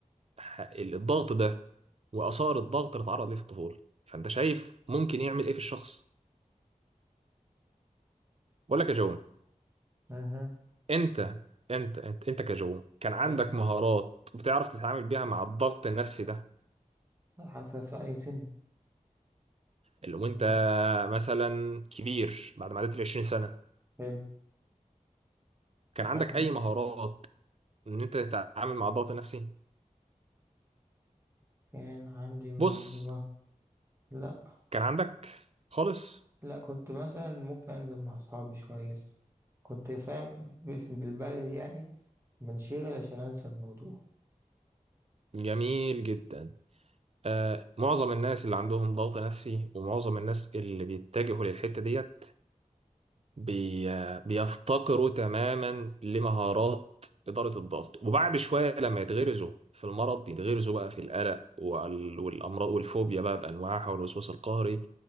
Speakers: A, on the right; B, on the right.
A: ح- الضغط ده واثار الضغط اللي اتعرض ليه في الطفوله فانت شايف ممكن يعمل ايه في الشخص ولا كجون
B: أها
A: انت انت انت انت كجون كان عندك
B: حلو
A: مهارات بتعرف تتعامل بيها مع الضغط النفسي ده
B: حاسة في أي سن
A: اللي وانت
B: مم.
A: مثلا كبير بعد ما عديت ال 20 سنه
B: حلو
A: كان عندك
B: تع-
A: اي مهارات ان انت تتعامل مع الضغط النفسي
B: كان عندي موهبة
A: بص
B: لا
A: كان عندك خالص
B: لا كنت مثلا ممكن أنزل مع أصحابي شوية كنت فاهم ب- بالبلدي يعني بنشغل عشان أنسى الموضوع
A: جميل جدا آه معظم الناس اللي عندهم ضغط نفسي ومعظم الناس اللي بيتجهوا للحتة ديت بي... بيفتقروا تماما لمهارات إدارة الضغط وبعد شوية لما يتغرزوا في المرض يتغرزوا بقى في القلق وال... والأمراض والفوبيا بقى بأنواعها والوسواس القهري